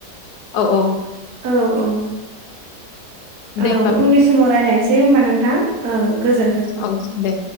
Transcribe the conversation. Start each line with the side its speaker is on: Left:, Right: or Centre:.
Left: औ औ
Right: औ औ
Left: दे
Right: औ
Left: होमबा
Right: उननि समाव रायलायनोसै होमबा नोंथां ओं गोजोन
Left: औ दे